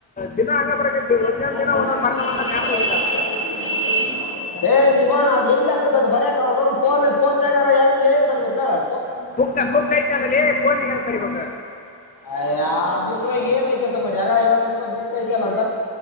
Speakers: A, on the left; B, on the left.
A: ದಿನ ಹಂಗ ಬರಕೈತಿ
B: <unintelligible>
A: ಒಂದೊಂದು ದಿನ ಒಂದೊಂದು ಬರ್ಕೊಂಬಂದ್ರೆ ನಡೆದೋಗಿರೋದು
B: ಏ ನಿಮ್ಮ ಅವ್ನ್ ಅದ ಹೆಂಗ ಆಗತ್ತಾ ಅದ್ ಬರಯಕ್ ಅವ್ನ್ ಅವ್ವನ ಫೋನ್ ಫೋನ್ ಯಾರ ಹೆಂಗ ಏನ್ ಬರಿಬೇಕ ಹೇಳು
A: ಬುಕ್ ಬುಕ್ ಐತಿ ಅಲ್ಲ ಲೆ ಪೋನ್ ಎಡಕ್ಕೆ ಬರೀಬೇಕು
B: ಅಯ್ ಆ ಬುಕ್ ಏನ್ ಐತ ಮಾಡಿ ಆಗ ಯಾವ ಬುಕ್ ಐತಲ್ಲ ಅಂತ